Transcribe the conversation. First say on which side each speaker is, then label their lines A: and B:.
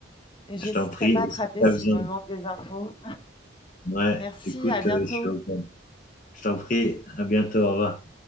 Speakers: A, on the left (about 25°); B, on the left (about 45°).
A: Et j'hésiterai
B: Je t'en prie.
A: pas à
B: Et
A: te
B: si
A: rappeler
B: t'as
A: s'il
B: besoin
A: me manque des infos.
B: Ouais,
A: Merci,
B: écoute,
A: à bientôt.
B: euh, je suis au- je t'en prie, à bientôt, au revoir.